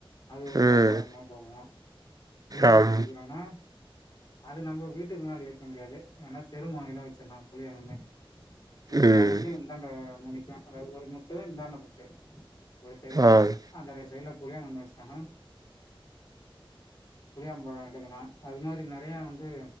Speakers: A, on the left; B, on the right.
A: அது ஒரு
B: ம்
A: வியாபாரமா போகு புளியாங்கண்ணு
B: ஆம்
A: வெக்கிறாங்னா அது நம்ம வீட்டுக்கு முன்னாடி வெக்க முடியாது வேனா தெருமுனைல வச்சிர்லா புளியாங் கண்ணு ஒரு
B: ம்
A: மொணைக்கு இந்தாண்ட மொணைக்கு அதாவது ஒரு முட்டு இந்தாண்ட முட்டு ஒரு தெருவுல
B: ஆம்
A: அந்தர சைட்ல புளியாங்கன்னு வெச்சுட்டோனா புளியாபழோ எடுக்கலா அது மாரி நெறையா வந்து